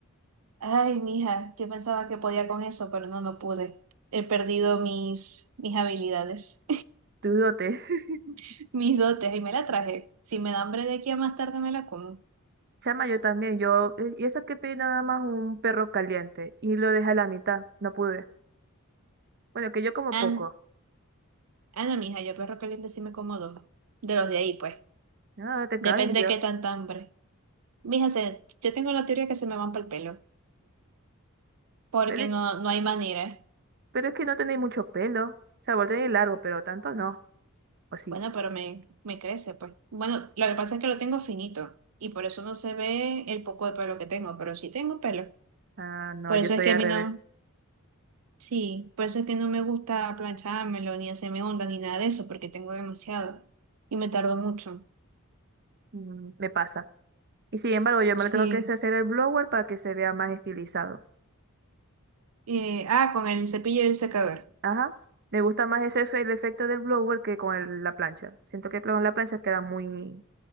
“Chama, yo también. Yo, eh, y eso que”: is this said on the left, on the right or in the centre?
Right